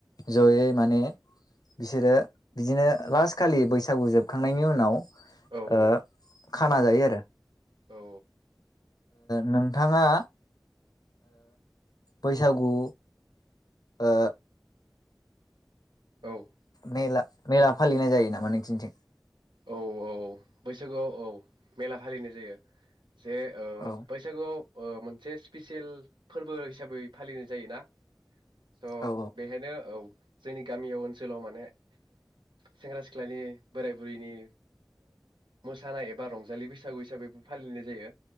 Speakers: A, on the left (about 55°); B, on the right (about 80°).
A: जयै माने बिसोरो बिदिनो लास्ट खालि बैसागु जोबखांनायनि उनाव
B: औ
A: ओ
B: औ
A: खाना जायो आरो
B: औ
A: नोंथाङा बैसागु ओ
B: औ
A: मेला मेला फालिनाय जायो नामा नोंथिनिथिं?
B: औ औ बैसागुआव औ मेला फालिनाय जायो। जे
A: औ
B: बैसागुआव मोनसे स्पिेसियेल फोरबो हिसाबै फालिनाय जायोना? स
A: औ
B: बेहायनो औ जोंनि गामियाव ओनसोलाव माने सेंग्रा सिख्लानि बोराइ बुरिनि मोसानाय एबा रंजालि बैसागु हिसाबैबो फालिनाय जायो